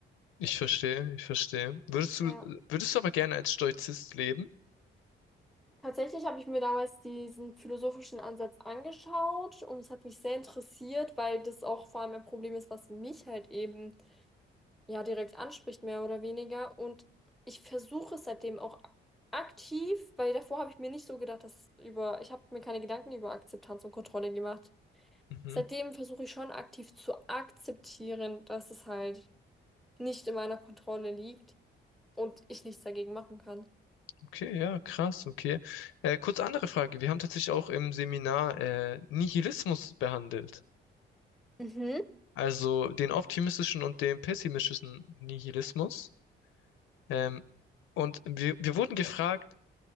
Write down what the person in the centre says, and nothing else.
Ja,
tatsächlich habe ich mir damals diesen philosophischen Ansatz angeschaut und es hat mich sehr interessiert, weil das auch vor allem ein Problem ist, was mich halt eben ja direkt anspricht, mehr oder weniger. Und ich versuche es seitdem auch aktiv, weil davor habe ich mir nicht so gedacht, dass über, ich habe mir keine Gedanken über Akzeptanz und Kontrolle gemacht.
Seitdem versuche ich schon aktiv zu akzeptieren, dass es halt nicht in meiner Kontrolle liegt. und ich nichts dagegen machen kann.
Mhm.